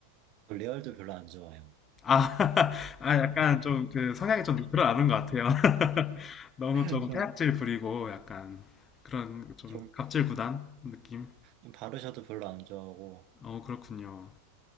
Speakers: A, on the right; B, on the left.
A: 저 레알도 별로 안 좋아해요.
B: 아, <laughs> 아 약간 좀 그 성향이 좀 드러나는 것 같아요. 너무
A: <laughs>
B: 조금
A: 좀,
B: 폐악질 부리고 약간 그런 좀
A: 좀,
B: 갑질 구단 느낌?
A: 좀 바르샤도 별로 안 좋아하고
B: 어, 그렇군요.